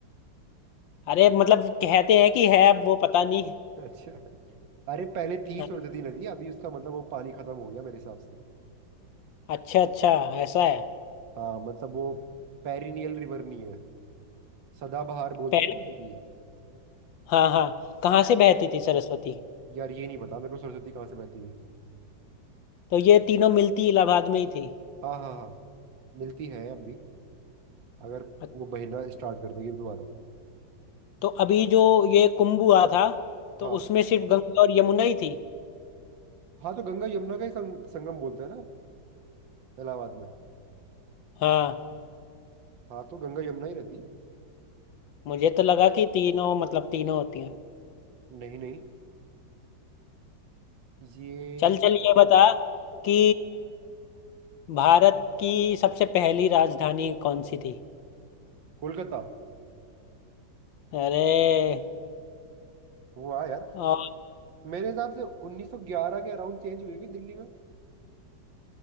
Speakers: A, on the left; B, on the right.
A: अरे मतलब कहते हैं कि है अब वो पता नहीं
B: अच्छा अरे पहले थी
A: हाँ,
B: सरस्वती नदी अभी उसका मतलब वो पानी खत्म हो गया मेरे हिसाब से
A: अच्छा अच्छा ऐसा है
B: हाँ मतलब वो पेरिनियल रिवर नहीं है सदाबहार बोलते
A: पहले
B: हैं ना नदी
A: हाँ हाँ कहाँ से बहती थी सरस्वती
B: यार ये नहीं पता मेरे को सरस्वती कहाँ से बहती थी
A: तो ये तीनों मिलती इलाहाबाद में ही थी
B: हाँ हाँ हाँ मिलती है अब भी अगर
A: अ-
B: वो बहना स्टार्ट कर देगी दोबारा से
A: तो अभी जो ये कुंभ हुआ था
B: हाँ
A: तो उसमें सिर्फ गंगा और यमुना ही थी
B: हाँ तो गंगा यमुना का ही संग, संगम बोलते हैं ना इलाहाबाद में
A: हाँ
B: हाँ तो गंगा यमुना ही रहती है
A: मुझे तो लगा कि तीनों मतलब तीनों होती हैं
B: नहीं नहीं ये
A: चल चल ये बता कि भारत की सबसे पहली राजधानी कौन सी थी
B: कोलकाता
A: अरे
B: हुआ यार
A: आ,
B: मेरे हिसाब से 1911 के अराउंड चेंज हुई हुई दिल्ली में